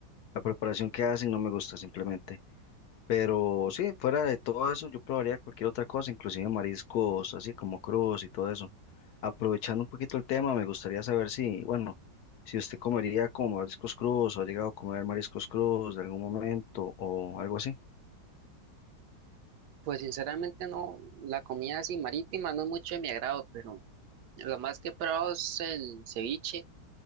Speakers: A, on the left; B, on the right.
A: La preparación que hacen no me gusta simplemente. Pero sí, fuera de todo eso, yo probaría cualquier otra cosa, inclusive mariscos, así como crudos y todo eso. Aprovechando un poquito el tema, me gustaría saber si, bueno, si usted comería como mariscos crudos o ha llegado a comer mariscos crudos de algún momento o algo así.
B: Pues sinceramente no, la comida así marítima no es mucho de mi agrado, pero lo más que he probado es el ceviche,